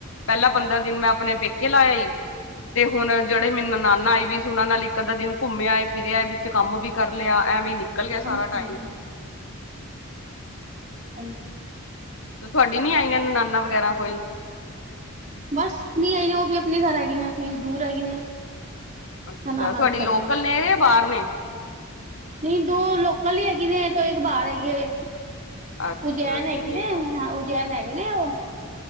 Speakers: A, on the left (about 65°); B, on the right (about 35°).
A: ਪਹਿਲਾਂ ਪੰਦਰਾਂ ਦਿਨ ਮੈਂ ਆਪਨੇ ਪੇਕੇ ਲਾ ਆਈ। ਤੇ ਹੁਨ ਜੇੜੇ ਮੇਰੀ ਨਨਾਨਾ ਆਏ ਵੀ ਸੀ ਉਹਨਾਂ ਨਾਲ ਇੱਕ ਅੱਧਾ ਦਿਨ ਘੁੰਮੇ ਆਏ, ਫਿਰ ਆਏ ਵੀ। ਵਿੱਚ ਕੰਮ ਵੀ ਕਰ ਲਿਆ, ਐਵੇਂ ਨਿਕਲ ਗਿਆ ਸਾਰਾ
B: ਹਾਂਜੀ
A: ਟਾਈਮ।
B: ਹਾਂਜੀ ਹਾਂਜੀ।
A: ਤੁਹਾਡੀ ਨੀ ਆਈਆਂ ਨਨਾਨਾ ਵਗੈਰਾ ਕੋਈ?
B: ਬਸ ਨਹੀਂ ਆਈਆਂ ਓ ਵੀ ਆਪਨੇ ਘਰ ਹੈਗੀ ਨੇ, ਅਸੀਂ ਦੂਰ ਹੈਗੀ ਨੇ।
A: ਅੱਛਾ
B: ਨਨਾਣਾ
A: ਤੁਹਾਡੀ
B: ਵੀ
A: ਲੋਕਲ
B: ਸਾਡੀਆਂ
A: ਨੇ ਜਾਂ ਬਾਰ ਨੇ?
B: ਨਹੀਂ ਦੋ ਲੋਕਲ ਈ ਹੈਗੀ ਨੇ ਤੇ ਇੱਕ ਬਾਰ ਹੈਗੀ ਏ।
A: ਅੱਛਾ
B: ਉਜੈਨ ਹੈਗੀ
A: ਠੀਕ
B: ਨੇ,
A: ਹੈ
B: ਉਜੈਨ ਹੈਗੀ ਨੇ ਓ।